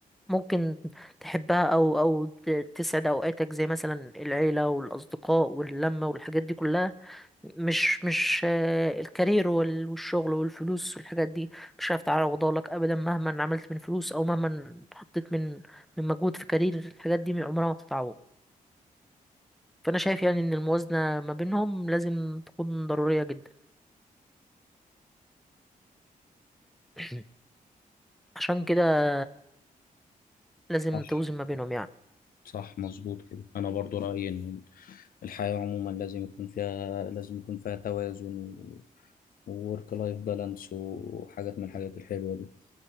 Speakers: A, in the centre; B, on the left.
A: ممكن تحبها او او ت- تسعد اوقاتك زي مثلا العيلة والاصدقاء واللمة والحاجات دي كلها مش مش آه، الكارير وال- والشغل والفلوس والحاجات دي مش هعرف تعوضها لك ابدا مهما عملت من فلوس او مهما حطيت من من مجهود في كارير الحاجات دي عمرها ما تتعوض فانا شايف يعني ان الموازنه ما بينهم لازم تكون ضروريه جدا <clears throat> عشان كده لازم
B: صح
A: توزن ما بينهم يعني
B: صح مظبوط كده انا برضو رايي ان الحياه عموما لازم يكون فيها لازم يكون فيها توازن وورك لايف بالانس وحاجات من الحاجات الحلوه دي